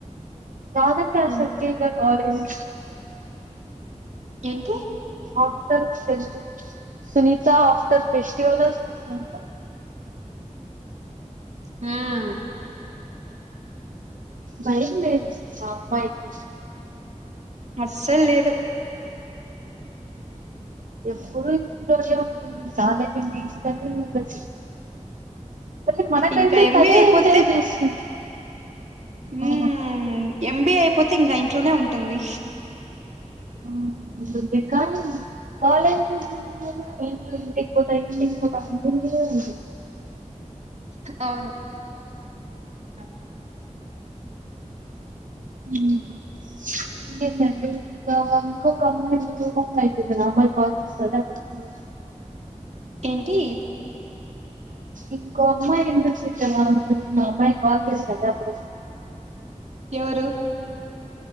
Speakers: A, on the right; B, on the right.
A: నాదంటే అసల్
B: ఎన్
A: చేయ్క కాదేమో
B: ఏంటి
A: after fest Sunitha after festival వస్తుందంట
B: హుమ్
A: భయం లేదు మా అమ్మాయి ఇ
B: అస్సల్ లేదు
A: ఎప్పుడు ఇంట్లోనే ఉంటుంది కాలేజ్ ఉంటే ఇంట్లొనే ఉండదు కానీ మనకంటే
B: ఇంకా ఎంబిఎ
A: తనే
B: అయిపోతే
A: ఎంజాయ్ చేస్తుంది
B: మ్మ్
A: ఆ
B: ఎంబిఎ పోతే ఇంకా ఆ ఇంట్లోనే ఉంటుంది
A: ఆ ఉంటుంది కాని కాలేజ్ ఇండ్లు ఇంటికిపొతా ఇంటికిపొతా అని అ ఉడి <inaudible>
B: అవును అత్
A: ఇంకెందండి ఇంకా ఇంకొకమ్మాయి అయిపోయింది గదా ఆ అమ్మాయి కాల్ చేస్తంది వెయిట్ చెయ్
B: ఏంటి
A: ఇంకో అమ్మాయి ఉంటుంది కదా ఆ అమ్మాయి కాల్ చేస్తంది అప్పుడు
B: ఎవరు